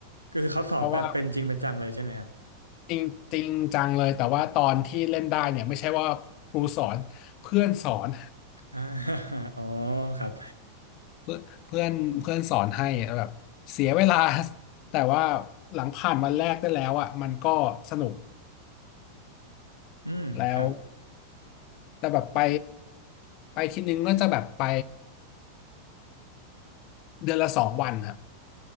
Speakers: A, on the right; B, on the left.
A: ก็คือเขาสอนแบบเป็นจริงเป็นจังเลยใช่ไหมครับ
B: เพราะว่าจริงจริงจังเลยแต่ว่าตอนที่เล่นได้เนี่ยไม่ใช่ว่าครูสอนเพื่อนสอน
A: อ่า <laughs> อ๋อครับ
B: เพื่อนเพื่อนเพื่อนสอนให้แบบเสียเวลา <laughs> แต่ว่าหลังผ่านวันแรกได้แล้วอ่ะมันก็สนุก
A: อืมครับ
B: แล้ว แต่แบบไปไปทีนึงก็จะแบบไปเดือนละสองวันครับ